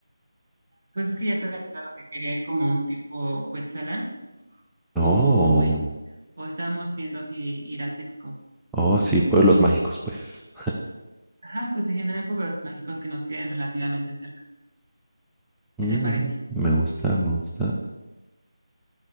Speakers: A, on the right; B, in the centre.
A: Pues es que ya te había hablado que quería ir como un tipo Cuetzalan
B: Oh,
A: o, i- o estábamos viendo si ir a Trixco.
B: oh, sí, pueblos mágicos, pues.
A: Ajá, pues en general pueblos mágicos que nos queden relativamente cerca.
B: Mm,
A: ¿Qué te parece?
B: me gusta, me gusta.